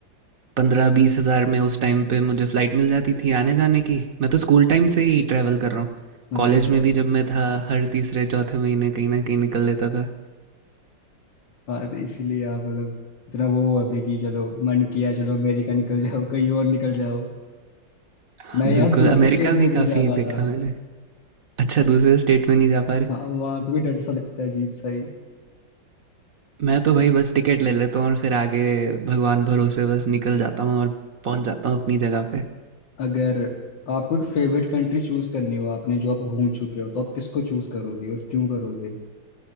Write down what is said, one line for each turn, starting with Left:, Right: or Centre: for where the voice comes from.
Right: पंद्रह बीस हज़ार में उस टाइम पे मुझे फ्लाइट मिल जाती थी आने जाने की मैं तो स्कूल टाइम से ही ट्रैवल कर रहा हूँ
Left: अरे
Right: कॉलेज
Left: भाई
Right: में भी जब मैं था हर तीसरे चौथे महीने कहीं ना कहीं निकल लेता था
Left: हाँ तो इसीलिए आप मतलब इतना वो हो अभी कि चलो मन किया चलो अमेरिका निकल जाओ कहीं और निकल जाओ
Right: हाँ,
Left: मैं यहाँ
Right: बिल्कुल
Left: दूसरे
Right: अमेरिका
Left: स्टेट में
Right: भी
Left: भी नहीं
Right: काफ़ी
Left: जा पाता
Right: देखा मैंने अच्छा दूसरे स्टेट में नहीं जा पा रहे
Left: हाँ वहाँ पे भी डर सा लगता है अजीब सा ही
Right: मैं तो भाई बस टिकट ले लेता हूँ और फिर आगे भगवान भरोसे बस निकल जाता हूँ और पहुँच जाता हूँ अपनी जगह पे
Left: अगर आपको एक फेवरेट कंट्री चूज करनी हो आपने जो आप घूम चुके हो तो आप किसको चूज करोगे और क्यों करोगे